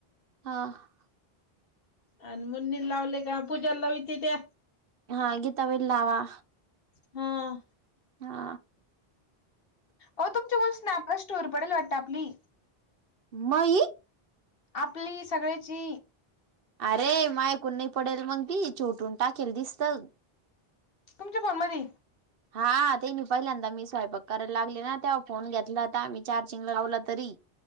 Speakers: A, on the right (about 65°); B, on the left (about 65°).
A: हा.
B: आणि मुन्नीला लावले का, पूजा लावीते त्या.
A: हा, गीताबाईला लावा.
B: हा.
A: हा.
B: ओ, तुमच्या कडून स्नॅपला स्टोरी पडायली वाटतं आपली.
A: मई?
B: आपली सगळ्याची.
A: अरे माया कडून नाही पडेल, मग ती छोटून टाकेल दिसतं.
B: तुमच्या फोनमध्ये?
A: हा. ते नाही पहिल्यांदा मी स्वयंपाक करायला लागले ना, तेव्हा फोन घेतला होता मी चार्जिंग लावला तरी.